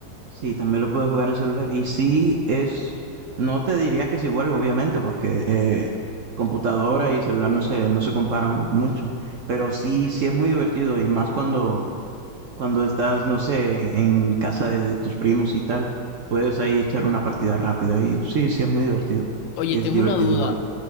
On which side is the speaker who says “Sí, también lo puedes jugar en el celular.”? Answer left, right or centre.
Right